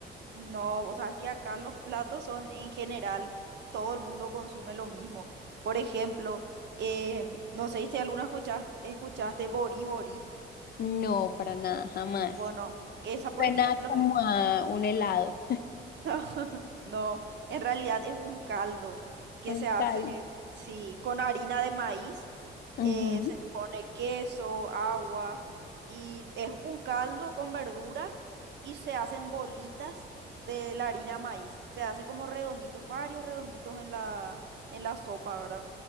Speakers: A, on the right (about 60°); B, on the left (about 50°).
A: No, vos sabes que acá los platos son en general, todo el mundo consume lo mismo. Por ejemplo, em, no sé si alguna escuchaste, escuchaste Bori Bori.
B: No, para nada, jamás.
A: Bueno, esa por
B: Suena
A: ejemplo
B: como a un helado,
A: No, <laughs> no, en realidad es un caldo que
B: un
A: se hace,
B: cal.
A: sí, con harina de maíz, eh,
B: Ujú,
A: se le pone queso, agua y es un caldo con verduras y se hacen bolitas de la harina de maíz. Se hace como redonditos, varios redonditos en la, en la sopa, ¿verdad?